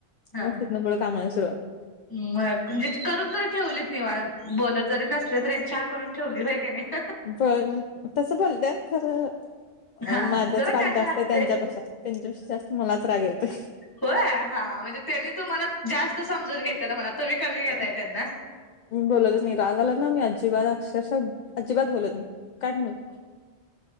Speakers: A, on the left; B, on the left.
A: हा
B: मग तिथनं पुढं कामाला सुरुवात.
A: मग म्हणजे करून तरी ठेवलीत निवांत बोलत जरी नसले तरी चहा करून ठेवली होय का नाही.
B: पण तसं बोलत्यात खरं. अ
A: हा
B: माझाच
A: जरा
B: राग
A: काय
B: जास्त
A: तर असतंय.
B: आहे त्यांच्यापेक्षा त्यांच्यापेक्षा जास्त मलाच राग येतोय.
A: होय हा म्हणजे त्यांनी तुम्हाला जास्त समजून घेत्यात म्हणा तुम्ही कमी घेताय
B: अ,
A: त्यांना.
B: बोलतच नाही राग आला ना मी अजिबात अक्षरशः अजिबात बोलत नाही काय म्हणून